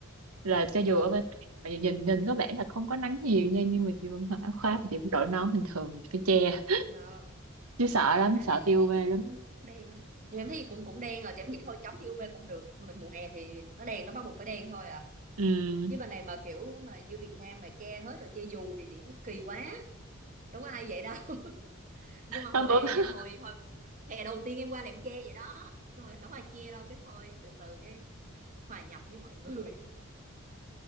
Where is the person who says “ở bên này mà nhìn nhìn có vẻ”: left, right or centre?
Right